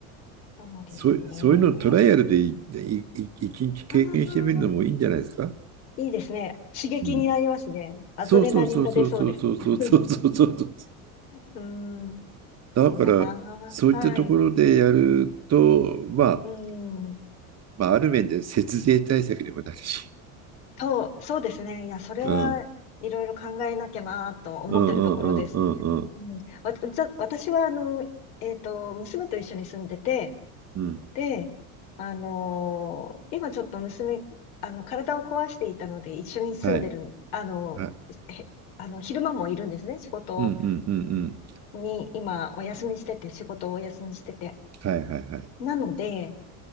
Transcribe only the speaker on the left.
そうですね。
ああ、いいですね。刺激になりますね。
アドレナリンが出そうです。
<laughs> うーん、
そうだな。
はい。
うん。
そう、そうですね。いや、それはいろいろ考えなきゃなと思ってるところです。
うん。わ、うちは私は、あの、えっと、娘と一緒に住んでて、
で、あのー今ちょっと娘、あの、体を壊していたので、一緒に住んでるん、
あの、
へ、あの、昼間もいるんですね。仕事
に、今、お休みしてて、仕事をお休みしてて。
なので、